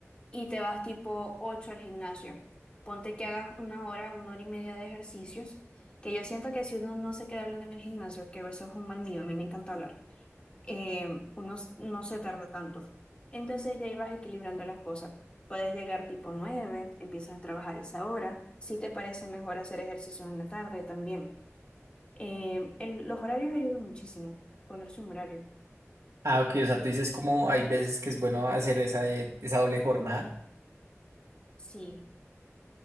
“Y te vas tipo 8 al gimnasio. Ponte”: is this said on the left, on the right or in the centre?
Left